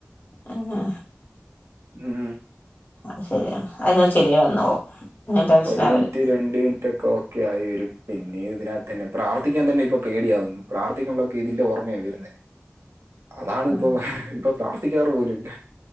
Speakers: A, on the left; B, on the right.
A: ആഹ്
B: ഉം
A: അയ് ശരിയാണ് അതിന്ന ശെരിയായ് വന്നോളും ഇങ്ങൾ ടെൻഷൻ
B: ഒരു
A: ആവരുത്
B: മിനിറ്റ് രണ്ട് മിനിറ്റൊക്കെ ഒക്കെ ആയിവരും പിന്നേ ഇതിനാതന്നെ ക്കെ ആയി വെരും പിന്നേ ഇതിനാത്തന്നെ പ്രാർത്ഥിക്കാൻ തന്നെ ഇപ്പ പേടിയാവ്ന്ന് പ്രാർത്ഥിക്കമ്പളൊക്കെ ഇതിന്റെ ഓർമയ വരുന്നെ അതാണ്
A: ഉം
B: ഇപ്പോ ഇപ്പൊ പ്രാർത്ഥിക്കാറ് പോലുവില്ല